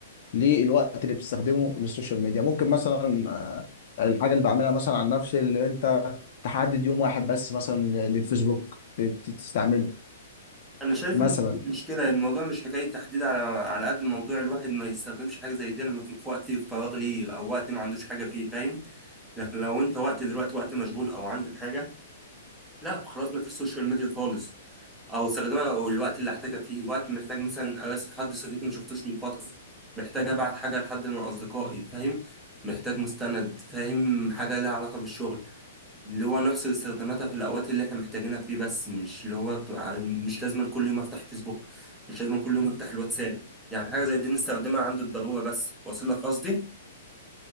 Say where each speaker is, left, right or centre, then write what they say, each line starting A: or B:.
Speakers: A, on the left; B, in the centre.
A: للوقت اللي بتستخدمه للسوشيال ميديا ممكن مثلا آه، الحاجة اللي بعملها مثلا عن نفسي اللي انت تحدد يوم واحد بس مثلا للفيسبوك تستعمله
B: انا شايف
A: مثلا
B: ان المشكلة الموضوع مش حكاية تحديد على على قد موضوع الواحد ما يستخدمش حاجة زي دي لما يكون في وقت فراغ ليه او وقت ما عندوش حاجة فيه فاهم؟ لكن لو انت وقت دلوقتي وقت مشغول او عندك حاجة لا خلاص ما فيش سوشيال ميديا خالص او استخدمها الوقت اللي احتاجها فيه وقت محتاج مثلا اراسل حد صديق ما شفتوش من فتره محتاج ابعت حاجه لحد من اصدقائي فاهم محتاج مستند فاهم حاجه لها علاقه بالشغل اللي هو نحصر استخداماتها في الاوقات اللي احنا محتاجينها فيه بس مش اللي هو تع- مش لازم كل يوم افتح فيسبوك مش لازم كل يوم افتح الواتساب يعني حاجه زي دي نستخدمها عند الضروره بس واصل لك قصدي